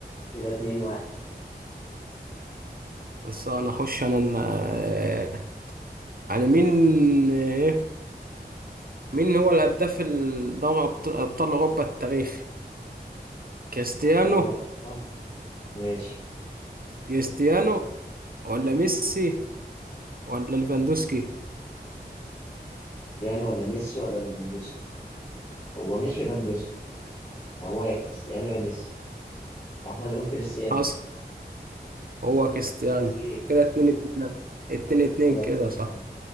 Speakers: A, on the left; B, on the right.
A: كده اتنين واحد
B: خلصانة اخش انا ال- آه، يعني مين آه، مين هو الهداف الدوري أبط- أبطال أوروبا التاريخي كريستيانو
A: دوري أبطال أوروبا. ماشي
B: كريستيانو ولا ميسي ولا ليفاندوسكي
A: كريستيانو ولا ميسي ولا ليفاندوسكي هو مش ليفاندوسكي هو يا كريستيانو يا ميسي فاحنا هنقول كريستيانو
B: حصل هو كريستيانو
A: بس ايه
B: كده اتنين اتنين اتنين اتنين
A: كده اتنين
B: كده
A: اتنين
B: صح